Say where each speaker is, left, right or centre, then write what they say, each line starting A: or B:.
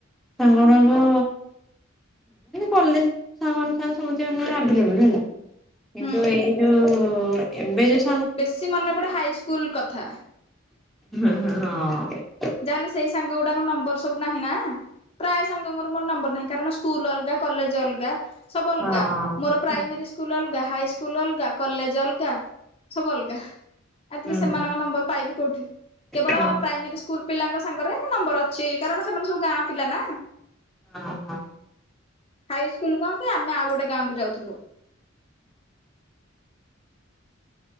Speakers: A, in the centre; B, on the left.
A: ସାଙ୍ଗ ଗୁଡାକ କଲେଜ ସାଙ୍ଗ ମାନଙ୍କ ସାଙ୍ଗେ ସମିତିଙ୍କ ସହିତ ସମସ୍ତଙ୍କ ଘରେ ଆଭେଲେବୁଲ କିନ୍ତୁ
B: ହୁଁ।
A: ଏଇ ଯୋଉ ଏବେ ଯଉ
B: ବେଶୀ ମନେ ପଡେ ହାଇସ୍କୁଲ କଥା
A: ହୁଁ ହୁଁ ହଁ
B: ଯାହାହେଲେ ସେଇ ସାଙ୍ଗ ଗୁଡା ନମ୍ବର ସବୁ ନାହିଁ ନା ପ୍ରାୟ ସାଙ୍ଗ ମୋର ମୋର ନମ୍ବର ନାହିଁ କାରଣ ସ୍କୁଲ ଅଲଗା କଲେଜ ଅଲଗା ସବୁ ଅଲଗା
A: ହୁଁ
B: ମୋର ପ୍ରାଇମାରୀ
A: ହଁ ହୁଁ
B: ସ୍କୁଲ ଅଲଗା ଏବେ ହାଇସ୍କୁଲ ଅଲଗା କଲେଜ ଅଲଗା ସବୁ ଅଲଗା ଆଥିରେ
A: ହୁଁ
B: ସେମାନଙ୍କ ନମ୍ବର ପାଇବି କୋଉଠି କେବଳ
A: ହଁ
B: ପ୍ରାଇମୋରୀ ପିଲାଙ୍କ ସାଙ୍ଗରେ ନମ୍ବର ଅ ଛି କାରଣ ସେମାନେ ସବୁ ଗାଁ ପିଲା ନା।
A: ହଁ ହଁ।
B: ହାଇ ସ୍କୁଲ୍ କଣ କି ଆମେ ଆଉ ଗୋଟେ ଗାଁ କୁ ଯାଉଥୁଲୁ।